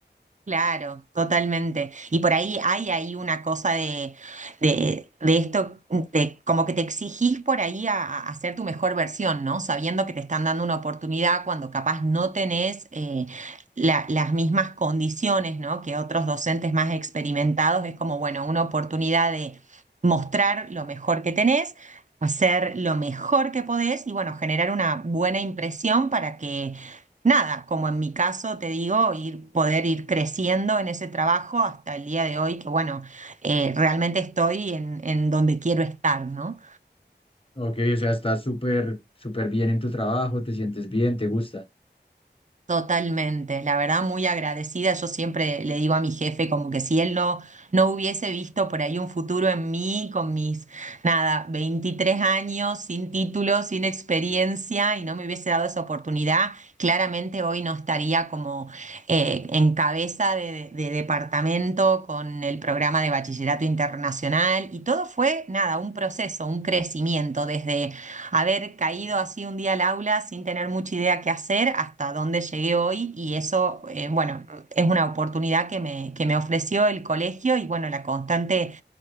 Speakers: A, on the right; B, on the left.
A: Claro, totalmente. Y por ahí hay ahí una cosa de, de, de esto, de como que te exigís por ahí a, a hacer tu mejor versión, ¿no? Sabiendo que te están dando una oportunidad cuando capaz no tenés eh, la- las mismas condiciones, ¿no? Que otros docentes más experimentados. Es como, bueno, una oportunidad de mostrar lo mejor que tenés, hacer lo mejor que podés y, bueno, generar una buena impresión para que nada, como en mi caso te digo, ir, poder ir creciendo en ese trabajo hasta el día de hoy, que bueno, eh, realmente estoy en, en donde quiero estar, ¿no?
B: Ok, o sea, estás súper, súper bien en tu trabajo, te sientes bien, te gusta.
A: Totalmente, la verdad muy agradecida. Yo siempre le digo a mi jefe como que si él no, no hubiese visto por ahí un futuro en mí con mis, nada, 23 años, sin título, sin experiencia y no me hubiese dado esa oportunidad, claramente hoy no estaría como eh, en cabeza de, de departamento con el programa de bachillerato internacional y todo fue, nada, un proceso, un crecimiento desde haber caído así un día al aula sin tener mucha idea qué hacer hasta dónde llegué hoy y eso, eh, bueno, es una oportunidad que me, que me ofreció el colegio y bueno, la constante,